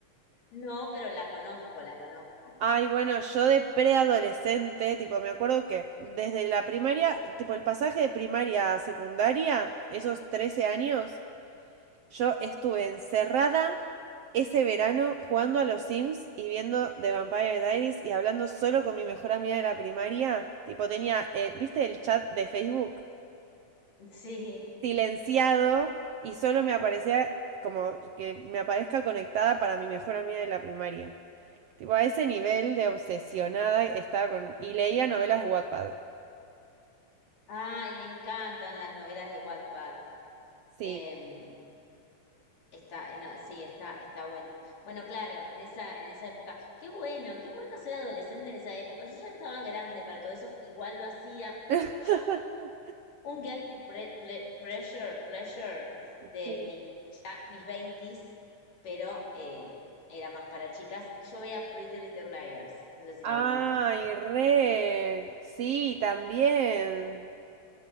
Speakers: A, on the left; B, on the right.
A: No, pero la conozco, la conozco.
B: Ay, bueno, yo de preadolescente, tipo, me acuerdo que desde la primaria, tipo, el pasaje de primaria a secundaria, esos 13 años, yo estuve encerrada ese verano jugando a los Sims y viendo The Vampire Diaries y hablando solo con mi mejor amiga de la primaria. Tipo, tenía, eh, ¿viste el chat de Facebook?
A: Sí.
B: silenciado y solo me aparecía como que me aparezca conectada para mi mejor amiga de la primaria. Tipo, a ese nivel de obsesionada estaba con... Y leía novelas de Wattpad.
A: Ay, me encantan las novelas de Wattpad.
B: Sí.
A: Em, está, eh, no, sí, está, está bueno. Bueno, claro, en esa, en esa época. Qué bueno, qué bueno ser adolescente en esa época. Yo ya estaba grande para todo eso, igual lo hacía.
B: <laughs>
A: Yo, un guilty pre- ple- pleasure, pleasure
B: Sí.
A: de mi, ya mis veintis, pero eh, era más para chicas. Yo veía Pretty Little Liars. No sé si
B: Ay,
A: la viste.
B: re. Sí, también.